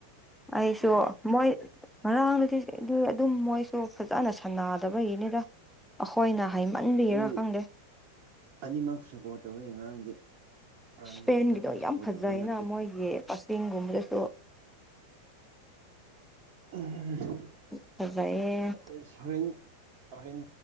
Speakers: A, in the centre; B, on the right.
A: ꯑꯩꯁꯨ
B: ꯎꯝ
A: ꯃꯣꯏ ꯉꯔꯥꯡꯗꯗꯤ ꯑꯗꯨꯝ ꯃꯣꯏꯁꯨ ꯐꯖꯅ ꯁꯥꯟꯅꯗꯕꯒꯤꯅꯤꯗ ꯑꯩꯈꯣꯏꯅ ꯍꯥꯏꯃꯟꯕꯤꯔꯥ
B: ꯑꯩ
A: ꯈꯪꯗꯦ
B: ꯑꯅꯤꯃꯛ ꯁꯄꯣꯔꯠ ꯇꯧꯋꯤ ꯉꯔꯥꯡꯗꯤ ꯐ꯭ꯔꯥꯟꯁꯀꯤ
A: ꯏꯁꯄꯦꯟꯒꯤꯗꯣ
B: ꯈꯛꯇꯪ ꯁꯞꯄꯣꯔꯠ
A: ꯌꯥꯝ ꯐꯖꯩꯅ
B: ꯇꯧꯕ ꯅꯠꯇꯦ
A: ꯃꯣꯏꯒꯤ ꯀꯛꯆꯤꯡꯒꯨꯝꯕꯗꯁꯨ
B: ꯑ
A: ꯎꯠꯇꯔꯦꯌꯦ
B: ꯑꯦꯁ ꯍꯣꯔꯦꯟ ꯍꯣꯔꯦꯟ